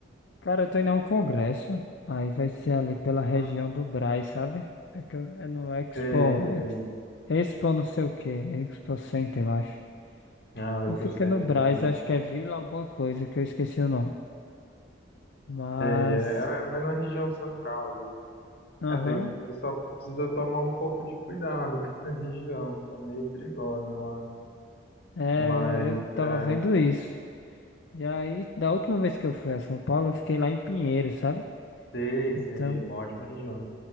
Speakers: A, on the left; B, on the left.
A: Cara, eu tô indo a um congresso, aí vai ser ali pela região
B: Ah,
A: do Brás, sabe? É, que eu- é no Expo,
B: sei,
A: Ex-
B: sei.
A: Expo não sei o quê, Expo Center, eu acho.
B: Ah, Western
A: Não fica
B: Center,
A: no Brás,
B: sim.
A: acho que é Vila alguma coisa, que eu esqueci o nome. Mas,
B: Sei, é, é é bem na região central ali.
A: aham,
B: É, tem, você só precisa tomar um pouco de cuidado com essa <laughs> região. Tá meio perigosa lá.
A: é,
B: Mas,
A: eu, eu tava
B: é,
A: vendo isso. E aí, da última vez que eu fui a São Paulo, eu fiquei lá em Pinheiros, sabe?
B: sei,
A: Então,
B: sei, uma ótima região.